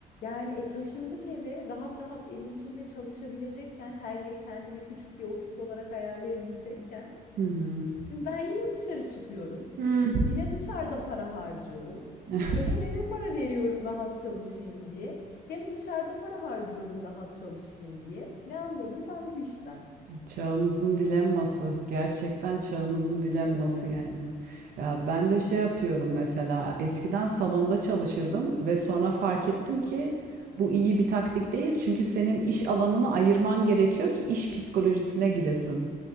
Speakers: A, on the left; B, on the right.
A: yani e taşındık eve rahat rahat evin içinde çalışabilecekken her yeri kendime küçük bir ofis olarak ayarlayabilecekken.
B: Hı hı.
A: Şimdi ben yine dışarı çıkıyorum.
B: Hmm.
A: Yine dışarıda para harcıyorum.
B: <laughs>
A: E hem eve para veriyorum rahat çalışayım diye. Hem dışarıda para harcıyorum rahat çalışayım diye. Ne anladım ben bu işten?
B: Çağımızın dilemması. Gerçekten çağımızın
A: Kesinlikle
B: dilemması
A: öyle.
B: yani. Ya ben de şey yapıyorum mesela eskiden salonda çalışırdım ve sonra fark ettim ki bu iyi bir taktik değil. Çünkü senin iş alanını ayırman gerekiyor ki iş psikolojisine giresin.